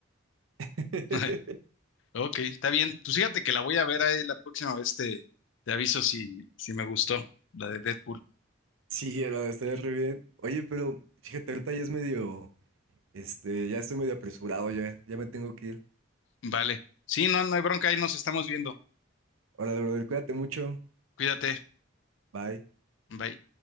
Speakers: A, on the right (about 80°); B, on the left (about 65°).
A: <laughs>
B: <laughs> Ok, está bien. Pues fíjate que la voy a ver ahí la próxima vez, te, te aviso si, si me gustó, la de Deadpool.
A: Sí, hermano, estaría re bien. Oye, pero fíjate, ahorita ya es medio. Este, ya estoy medio apresurado, ya, ya me tengo que ir.
B: Vale. Sí, no, no hay bronca, ahí nos estamos viendo.
A: Hola, brother, cuídate mucho.
B: Cuídate.
A: Bye.
B: Bye.